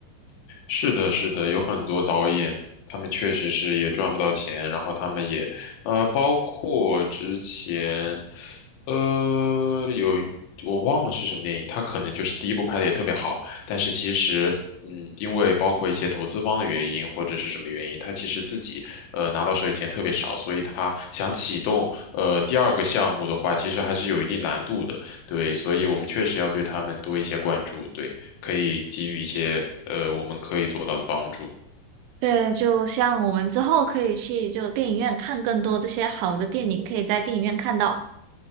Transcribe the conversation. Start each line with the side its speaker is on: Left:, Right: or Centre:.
Left: 是的，是的，有很多导演，他们确实是也赚不到钱，然后他们也，呃，包括之前，呃，有我忘了是什么电影，他可能就是第一部拍的也特别好，但是其实，嗯，因为包括一些投资方的原因或者是什么原因，他其实自己呃拿到手里钱特别少，所以他想启动呃第二个项目的话，其实还是有一定难度的，对，所以我们确实要对他们多一些关注，对。可以给予一些呃我们可以做到的帮助。
Right: 对，就像我们之后可以去就电影院看更多这些好的电影，可以在电影院看到。